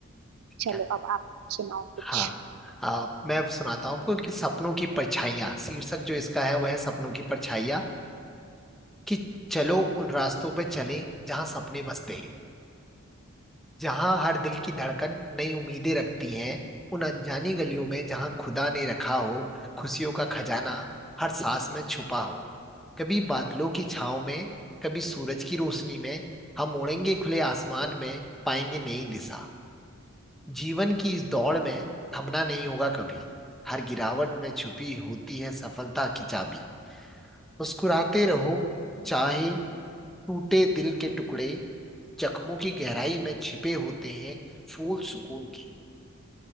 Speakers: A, in the centre; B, on the right.
A: ठीक
B: चलो
A: है
B: अब आप सुनाओ
A: हाँ
B: कुछ
A: आ, मैं अब सुनाता हूँ आपको कि सपनों की परछाइयाँ शीर्षक जो इसका है वह है सपनों की परछाइयाँ कि चलो उन रास्तों पे चलें जहाँ सपने बसते हैं जहाँ हर दिल की धड़कन नई उम्मीदें रखती हैं उन अनजानी गलियों में जहाँ खुदा ने रखा हो खुशियों का खजाना हर सांस में छुपा हो कभी बादलों की छाव में कभी सूरज की रोशनी में हम उड़ेंगे खुले आसमान में पाएंगे नई दिशा जीवन की इस दौड़ में थमना नहीं होगा कभी हर गिरावट में छुपी होती है सफलता की चाबी मुस्कुराते रहो चाहे टूटे दिल के टुकड़े जख्मों की गहराई में छिपे होते हैं फूल सुकून के